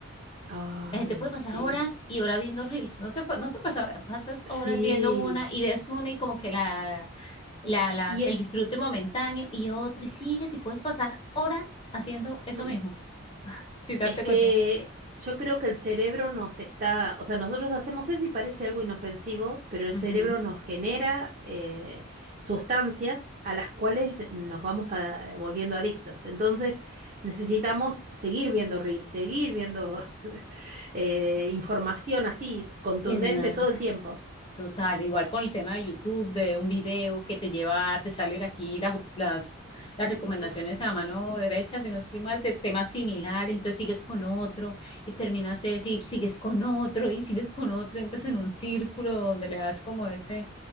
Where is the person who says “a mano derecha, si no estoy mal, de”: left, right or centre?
Left